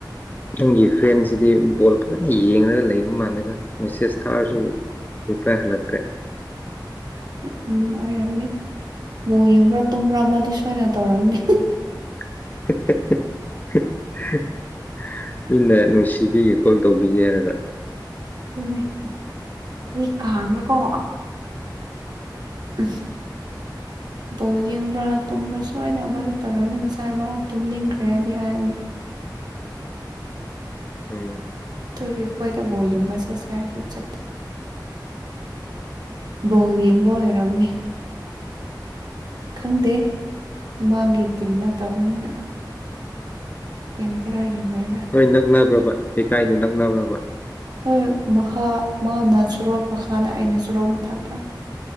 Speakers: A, on the left (about 25°); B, on the right (about 60°).
A: ꯅꯪꯒꯤ ꯐ꯭ꯔꯦꯟꯁꯤꯗꯤ ꯕꯣꯜ ꯐꯖꯅ ꯌꯦꯡꯉꯒ ꯂꯩꯕ ꯃꯥꯜꯂꯦꯗ ꯃꯦꯁꯦꯁ ꯊꯥꯔꯁꯨ ꯔꯤꯄ꯭ꯂꯥꯏ ꯍꯥꯏꯂꯛꯇꯦ
B: ꯎꯝ ꯎꯝ ꯑꯣꯏꯔꯝꯅꯤ ꯕꯣꯜ ꯌꯦꯡꯕ꯭ꯔꯥ ꯇꯨꯝꯕ꯭ꯔꯥ ꯑꯃꯗꯤ ꯁꯣꯏꯅ ꯇꯧꯔꯝꯅꯤ
A: <unintelligible> ꯃꯤꯅ ꯅꯨꯡꯁꯤꯕꯤꯒꯣ ꯀꯣꯜ ꯇꯧꯕꯤꯒꯦ ꯍꯥꯏꯔꯒ
B: ꯑꯗꯨꯅꯦ ꯀ꯭ꯔꯤ ꯀꯥꯡꯂꯒꯣ ꯑ <inaudible> ꯕꯣꯜ ꯌꯦꯡꯕ꯭ꯔꯥ ꯇꯨꯝꯕ꯭ꯔꯥ ꯁꯣꯏꯗꯅ ꯑꯃꯗꯤ ꯇꯧꯔꯝꯅꯤ ꯉꯁꯥꯏ ꯃꯥ ꯇꯨꯝꯅꯤꯡꯈ꯭ꯔꯦ ꯍꯥꯏꯗꯤ ꯍꯥꯏꯕꯅꯤ
A: ꯎꯝ
B: ꯑꯗꯨꯒꯤ ꯑꯩꯈꯣꯏꯗꯣ ꯕꯣꯜ ꯌꯦꯡꯕ ꯆꯠꯁꯦ ꯍꯥꯏꯔ ꯆꯠꯇꯦ ꯕꯣꯜ ꯌꯦꯡꯕ ꯑꯣꯏꯔꯝꯅꯤ ꯈꯪꯗꯦ ꯃꯥꯒꯤ ꯇꯤꯝ ꯅꯠꯇꯕꯅꯤꯅ ꯌꯦꯟꯒꯦꯔꯥ ꯌꯦꯡꯉꯣꯢꯔꯥ
A: ꯅꯣꯏ ꯅꯛꯅꯕ꯭ꯔꯕꯥ ꯂꯩꯀꯥꯏꯗꯨ ꯅꯛꯅꯕ꯭ꯔꯕꯥ
B: ꯍꯣꯏ ꯃꯈꯥ ꯃꯥꯅ ꯁꯣꯔꯣꯛ ꯃꯈꯥꯗ ꯑꯩꯅ ꯁꯣꯔꯣꯛ ꯃꯊꯛꯇ